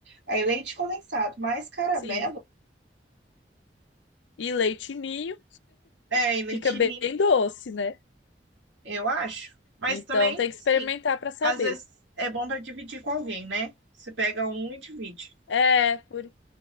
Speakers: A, on the right; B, on the left.
A: Aí leite condensado, mais caramelo.
B: sim. E leite ninho
A: É, e leite
B: fica bem
A: ninho,
B: doce, né?
A: eu acho. Mas
B: Então
A: também,
B: tem que
A: assim,
B: experimentar para saber.
A: às vezes é bom para dividir com alguém, né? Você pega um e divide.
B: É, por-